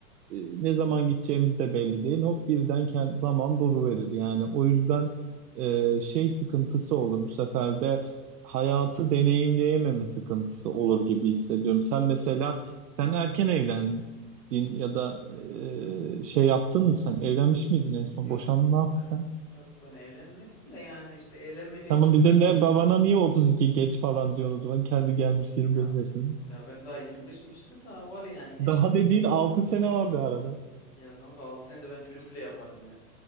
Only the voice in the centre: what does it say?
Yok
ben
yok ben evlenmedim de yani işte evlenmediğim
için
böyle
düşünüyorum
aslında.
Ya,
ya,
ya ben daha 25'im işte daha var yani yaş
Ya kanka 6 senede ben çocuk bile yaparım ya.